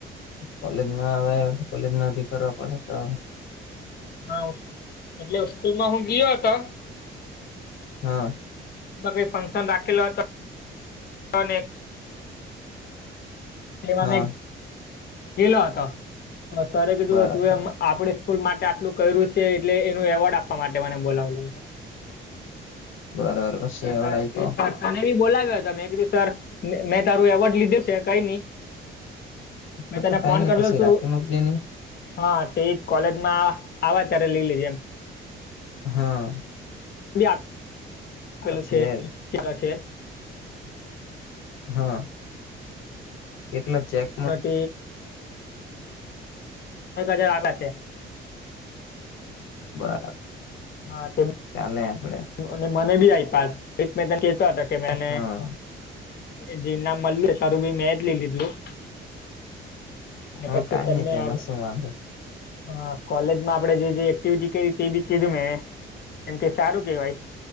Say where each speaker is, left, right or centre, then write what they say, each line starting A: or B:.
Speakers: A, on the left; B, on the left.
A: કોલેજમાં આવે કોલેજ માં ભી કરવા પડે તો
B: હા એટલે સ્સ્કૂલમાં હું ગયો હતો
A: હા
B: કઈ ફંક્શન રાખે તો હતું <inaudible> એ <inaudible>
A: હા
B: ખેલા હતા સરે કે ધું
A: બરાબર
B: તું આપડે સ્કૂલ માટે આટલું કર્યું છે એટલે એનું એવોર્ડ આપવા માટે મને બોલાવલો.
A: બરોબર પછી
B: તો
A: એવડ
B: એ
A: આપ
B: સા <inaudible> અનેને બી બોલાવ્યો હતો મેં કીધું સર મેં તારું એવોર્ડ લીધું છે કઈ નઈ મેં
A: હ
B: તને
A: તો કઈ
B: ફોન
A: નઈ
B: કર્યો
A: પછી
B: તું
A: રાખી મૂકજે નહી
B: હા તે જ કોલેજમાં આવે ત્યારે લઈ લેજે એમ.
A: હા
B: બી <unintelligible> આપેલું
A: પછી
B: છે
A: લે
B: કેવા છે?
A: હા કેટલા ચેક
B: ત્રણેક હજાર આપ્યા છે.
A: બરાબર
B: હા તમ
A: ચાલે આપડે.
B: અને મને બી આઈપા એક મેં તને કહેતા હતા કે મને
A: હા
B: જે નામ મળ્યું સારું ભી મેં જ લઈ લીધલું. ને
A: હા
B: પછી
A: કઈ
B: તમને
A: નઈ તેમાં
B: આ
A: શું વાંધો
B: હા કોલેજમાં આપડે જે જે એક્ટિવિટી કરી તે બી કીધું મે કેમ કે સારું કેવાય.